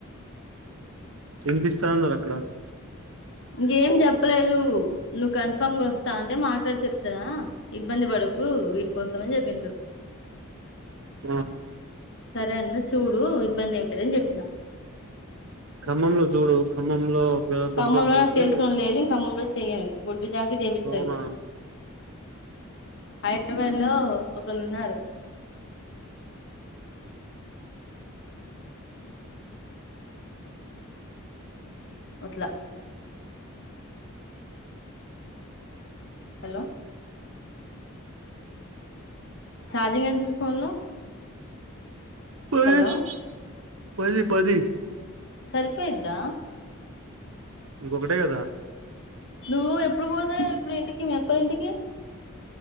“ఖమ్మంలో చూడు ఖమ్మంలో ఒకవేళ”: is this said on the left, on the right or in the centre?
Right